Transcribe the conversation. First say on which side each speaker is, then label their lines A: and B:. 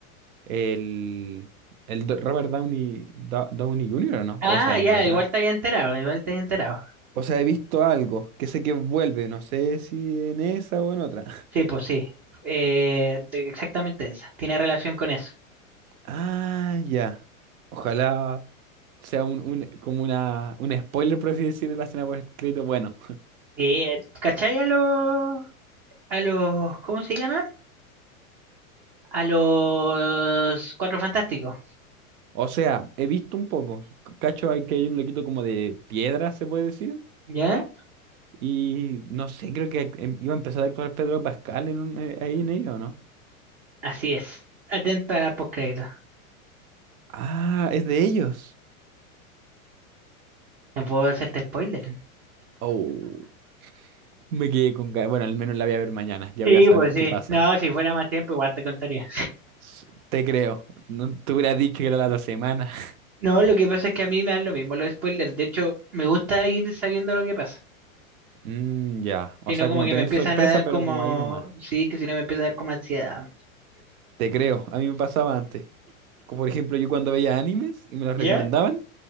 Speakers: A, on the right (about 75°); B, on the right (about 30°).
A: el, el Do- Robert Downey, Do- Downey Jr. o no?
B: Ah,
A: O esa en
B: ya,
A: otra.
B: igual te había enterado, igual te había enterado.
A: O sea, he visto algo que sé que vuelve, no sé si en esa o en otra. <laughs>
B: Sí, pues sí, eh, de- exactamente esa, tiene relación con eso.
A: Ah, ya. Ojalá sea un, un- como una, un spoiler, por así decirlo, de la escena post-crédito. Bueno.
B: Sí, eh, ¿cachai a los, a los, ¿cómo se llama? A los Cuatro Fantásticos,
A: O sea, he visto un poco. Cacho, hay que hay un loquito como de piedra, se puede decir.
B: ¿ya?
A: Y no sé, creo que em- iba a empezar a actuar Pedro Pascal en un- eh, ahí en ello, ¿no?
B: Así es, atento a la postcrédito.
A: Ah, es de ellos.
B: No puedo hacerte spoiler.
A: Oh, me quedé con ganas. Bueno, al menos la voy a ver mañana. Ya
B: Sí,
A: voy a saber
B: pues sí.
A: qué pasa.
B: No, si fuera más tiempo, igual te contaría.
A: S- Te creo. No te hubiera dicho que era la otra semana. <laughs>
B: No, lo que pasa es que a mí me dan lo mismo los spoilers. De hecho, me gusta ir sabiendo lo que pasa.
A: Mm, ya. O
B: Si
A: sea,
B: no, como
A: como
B: que
A: tener
B: me empiezan
A: sorpresa,
B: a dar
A: pero
B: como...
A: como ahí nomás.
B: Sí, que si no me empieza a dar como ansiedad.
A: Te creo. A mí me pasaba antes. Como por ejemplo, yo cuando veía animes y me los
B: ¿Ya?
A: recomendaban,